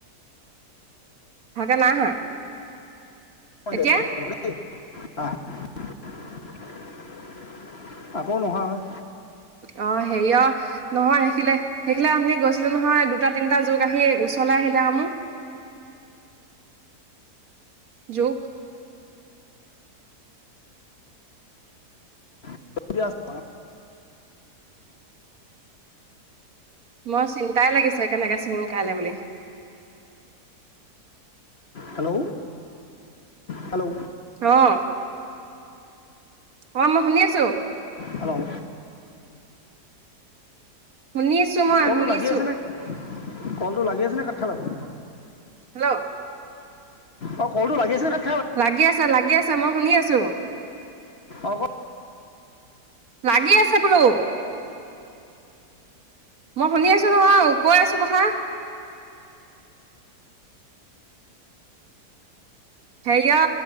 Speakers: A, on the right; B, on the left.
A: ভালকে নাই আহা।
B: <unintelligible>
A: এতিয়া
B: <inaudible> আকৌ নহা হ'ল।
A: অ, হেৰি অ, নহয়, সেখিলে সেখিলা আমি গৈছিলো নহয়, দুটা তিনিটা যুগ আহি ওচৰলৈ আহিলে আৰু মোক জোক
B: <unintelligible>
A: মোৰ চিন্তাই লাগিছে, কেনেকৈ ছিঙিম কাইলৈ বুলি।
B: হেল্ল, হেল্ল,
A: অ, অ, মই শুনি আছ।
B: হেল্ল,
A: শুনি আছো মই
B: কলটো
A: শুনি
B: লাগি
A: আছো
B: আছেনে, কলটো লাগি আছেনে কাট খালা বাৰু?
A: হেল্ল,
B: অ, কলটো লাগি আছ <inaudible>
A: লাগি আছে, লাগি আছে মই শুনি আছোঁ।
B: অঁ
A: লাগি আছে বোলো। মই শুনি আছোঁ নহয়, কৈ আছোঁ কথা। হেৰী অ!